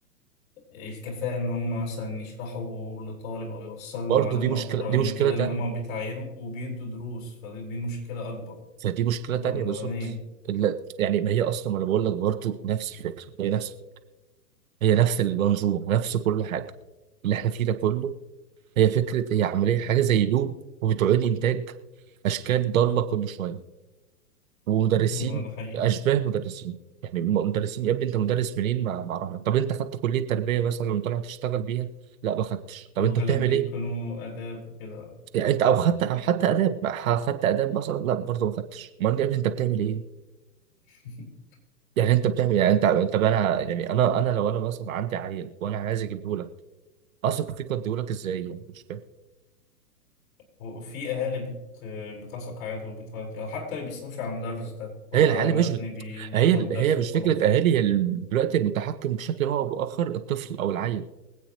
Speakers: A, on the left; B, on the right.
A: الكفاءة إن هم مثلا يشرحوا لطالب أو يوصلوا
B: برضه
A: المعلومة
B: دي مشكله
A: رغم
B: دي مشكله
A: كده
B: تانية
A: إن هم بيتعينوا وبيدوا دروس فدي دي مشكلة أكبر
B: فدي مشكله
A: أكبر
B: تانية
A: من الأولانية
B: بالظبط ال- يعني ما هي اصلا ما انا بقول لك برضه نفس الفكره هي نفس الفكرة. هي نفس المنظومه نفس كل حاجه اللي احنا فيه ده كله هي فكره هي عمليه حاجه زي لوب وبتعيد انتاج اشكال ضاله كل شويه ومدرسين
A: لا، ده حقيقي
B: اشباه مدرسين يعني م- مدرسين يا ابني انت مدرس منين ما ما اعرفها طب انت خدت كليه تربيه مثلا وطلع تشتغل بيها لا ما خدتش طب
A: الغالب
B: انت بتعمل
A: بيكونوا
B: ايه
A: آداب وكده
B: يعني انت او خدت او حتى اداب ما ح- خدت اداب مثلا لا برضه ما خدتش امال يا ابني انت بتعمل ايه
A: <laughs>
B: يعني انت بتعمل يعني انت انت بقى انا يعني انا انا لو انا مثلا عندي عيل وانا عايز اجيبه لك اثق فيك واديه لك ازاي يعني مش فاهم
A: وفي أهالي بت... بتثق عادي وبتودي أو حتى ما بيسألوش على المدرس ده هو
B: هي العيال
A: أنا
B: مش
A: ابني
B: بت...
A: بياخد
B: هي
A: درس
B: هي مش
A: وخلاص
B: فكره اهالي هي ال- دلوقتي المتحكم بشكل ما او باخر الطفل او العيل